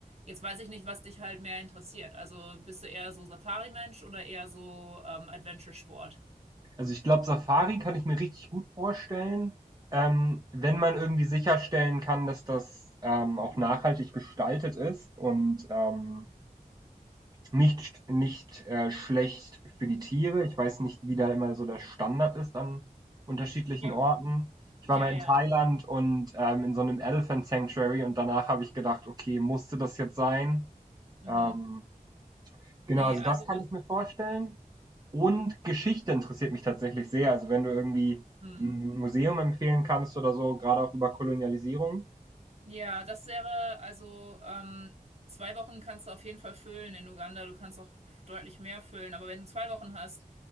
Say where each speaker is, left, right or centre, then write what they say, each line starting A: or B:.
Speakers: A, on the right; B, on the right.
A: Jetzt weiß ich nicht, was dich halt mehr interessiert. Also bist du eher so Safari-Mensch oder eher so ähm, Adventure-Sport?
B: also ich glaube, Safari kann ich mir richtig gut vorstellen, ähm, wenn man irgendwie sicherstellen kann, dass das, ähm, auch nachhaltig gestaltet ist und, ähm Nicht nicht, äh, schlecht für die Tiere. Ich weiß nicht, wie da immer so der Standard ist an unterschiedlichen
A: Ja.
B: Orten. Ich
A: Ja,
B: war mal in
A: ja.
B: Thailand und, ähm, in so einem Elephant Sanctuary und danach habe ich gedacht: „Okay, musste das jetzt sein?“
A: Mhm.
B: Ähm, genau,
A: Nee,
B: also
A: also,
B: das kann ich mir vorstellen. Und Geschichte interessiert mich tatsächlich sehr. Also, wenn du irgendwie
A: hm.
B: 'n Museum empfehlen kannst oder so, gerade auch über Kolonialisierung.
A: Ja, das wäre, also ähm, zwei Wochen kannst du auf jeden Fall füllen in Uganda. Du kannst auch deutlich mehr füllen. Aber wenn du zwei Wochen hast,